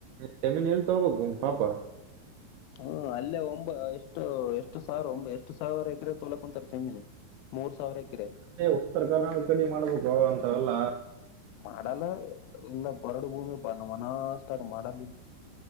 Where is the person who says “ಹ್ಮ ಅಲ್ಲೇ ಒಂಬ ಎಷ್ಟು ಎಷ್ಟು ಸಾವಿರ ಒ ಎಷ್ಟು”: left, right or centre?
Left